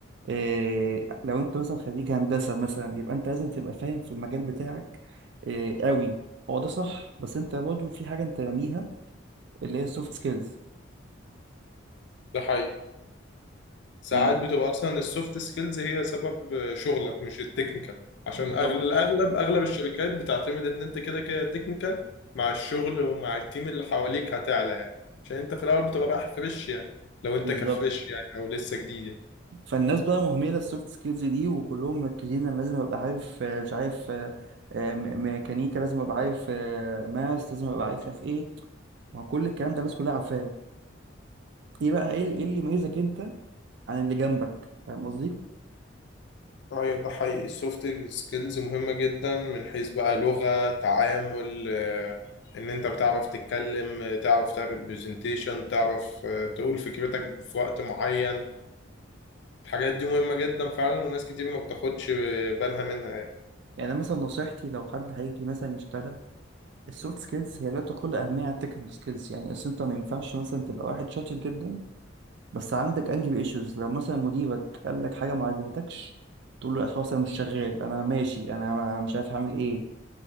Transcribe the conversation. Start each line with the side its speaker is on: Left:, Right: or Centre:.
Right: إيه لو انت مثلا خريج هندسه مثلا يبقى انت لازم تبقى فاهم في المجال بتاعك إيه قوي هو ده صح بس انت برضه في حاجه انت راميها اللي هي السوفت سكيلز
Left: ده حقيقي ساعات
Right: يعني
Left: بتبقى أصلا السوفت سكيلز هي سبب شغلك مش التكنيكال عشان
Right: بالظبط
Left: أغلب الأغلب أغلب الشركات بتعتمد إن أنت كده كده تكنيكال مع الشغل ومع التيم اللي حواليك هتعلى يعني عشان أنت في الأول بتبقى رايح فريش يعني لو أنت
Right: بالظبط
Left: كفريش يعني أو لسه جديد يعني.
Right: فالناس بقى مهمله السوفت سكيلز دي وكلهم مركزين انا لازم ابقى عارف آه، مش عارف آه، آه، م- ميكانيكا لازم ابقى عارف آه، ماس لازم ابقى عارف مش عارف ايه ما هو كل الكلام ده الناس كلها عارفاه ايه بقى ايه إيه اللي يميزك انت عن اللي جنبك فاهم قصدي
Left: اه ده حقيقي السوفت سكيلز مهمة جدا من حيث بقى لغة تعامل آه، ان انت بتعرف تتكلم آه، تعرف تعمل برزنتيشن تعرف آه، تقول فكرتك في وقت معين الحاجات دي مهمة جدا فعلا وناس كتير ما بتاخدش آه، بالها منها يعني.
Right: يعني أنا مثلا نصيحتي لو حد هيجي مثلا يشتغل السوفت سكيلز هي لا تقل اهميه عن التكنيكال سكيلز يعني اصل انت ما ينفعش مثلا تبقى واحد شاطر جدا بس عندك انجي ايشوز لو مثلا مديرك قال لك حاجه ما عجبتكش تقول له يا اخي خلاص انا مش شغال انا ماشي انا ما- مش عارف هعمل ايه